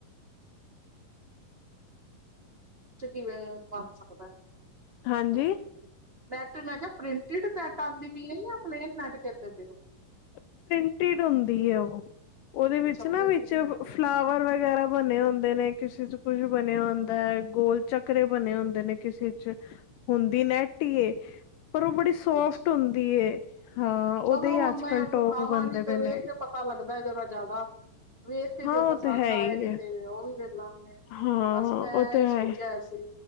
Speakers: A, on the right; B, on the left.
A: ਚ ਕਿਵੇਂ ਬਣ ਸਕਦਾ।
B: ਹਾਂਜੀ।
A: ਨੈੱਟ ਮੈਂ ਕਿਹਾ ਪ੍ਰਿੰਟਿਡ ਨੈਟ ਆਉਂਦੀ ਪਈ ਹੈ ਜਾਂ ਪਲੇਨ ਨੈਟ ਕਹਿੰਦੇ ਪਏ ਉਹ।
B: ਪ੍ਰਿੰਟਿਡ ਹੁੰਦੀ ਹੈ ਉਹ ਉਹਦੇ ਵਿੱਚ
A: ਅੱਛਾ
B: ਨਾ
A: ਪ੍ਰਿੰਟਡ
B: ਵਿੱਚ
A: ਨੈਟ
B: ਫਲਾਵਰ ਵਗੈਰਾ। ਬਣੇ ਹੁੰਦੇ ਨੇ ਕਿਸੇ ਚ ਕੁੱਝ ਬਣਿਆ ਹੁੰਦਾ ਹੈ ਗੋਲ ਚੱਕਰੇ ਬਣੇ ਹੁੰਦੇ ਨੇ ਕਿਸੀ ਚ। ਹੁੰਦੀ ਨੈਟ ਹੀ ਏ ਪਰ ਉਹ ਬੜੀ ਸੋਫਟ
A: ਅੱਛਾ
B: ਹੁੰਦੀ ਏ। ਹਾਂ, ਉਹਦੇ
A: ਚਲੋ
B: ਹੀ
A: ਹੁਣ
B: ਅੱਜ
A: ਮੈਂ
B: ਕੱਲ੍ਹ ਟੋਪ
A: ਆਵਾਂਗੀ
B: ਬਣਦੇ ਪਏ
A: ਤੇ
B: ਨੇ।
A: ਵੇਖ ਕੇ ਪਤਾ ਲੱਗਦਾ ਜਰਾ ਜ਼ਿਆਦਾ ਵੇਖ ਕੇ
B: ਹਾਂ
A: ਜੇ
B: ਉਹ
A: ਪਸੰਦ
B: ਤੇ ਹੈ
A: ਆਏ
B: ਹੀ
A: ਜੇ
B: ਹੈ
A: ਤੇ ਉਹ ਵੀ ਵੇਖ ਲਾਂਗੇ।
B: ਹਾਂ
A: ਬਸ ਮੈਂ
B: ਉਹ ਤੇ
A: ਹੀ
B: ਹੈ
A: ਸੋਚਿਆ ਸੀ